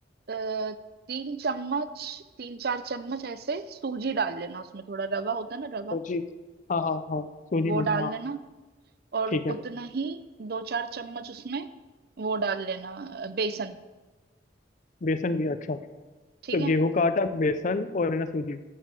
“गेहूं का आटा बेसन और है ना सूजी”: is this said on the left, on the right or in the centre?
Left